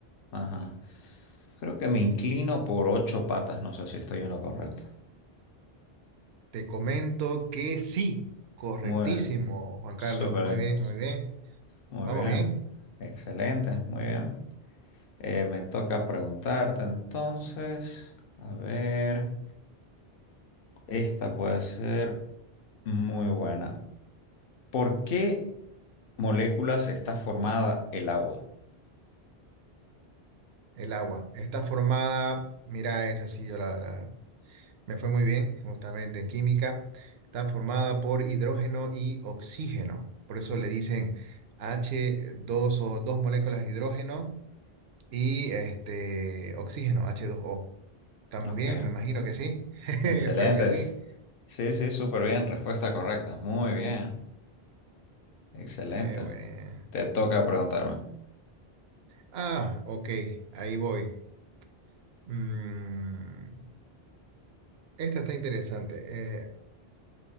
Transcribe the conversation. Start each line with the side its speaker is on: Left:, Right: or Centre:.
Left: ajá. Creo que me inclino por ocho patas, no sé si estoy en lo correcto.
Right: Te comento que sí, correctísimo,
Left: Muy bien,
Right: Juan Carlos,
Left: súper
Right: muy bien,
Left: bien,
Right: muy bien.
Left: muy
Right: Vamos
Left: bien,
Right: bien.
Left: excelente, muy bien. Eh, me toca preguntarte entonces, a ver, esta puede ser muy buena. ¿Por qué moléculas está formada el agua?
Right: El agua está formada, mira, es así, yo la, la- Me fue muy bien, justamente en química. Está formada por hidrógeno y oxígeno. Por eso le dicen h dos o dos moléculas de hidrógeno y este oxígeno, h dos O. ¿Estamos
Left: Ok,
Right: bien? Me imagino que sí. <laughs> Espero
Left: excelentes.
Right: que sí.
Left: Sí, sí, súper bien, respuesta correcta, muy bien, excelente.
Right: Eh, bueno.
Left: Te toca preguntarme.
Right: Ah, ok, ahí voy. Mm, Esta está interesante. Eh,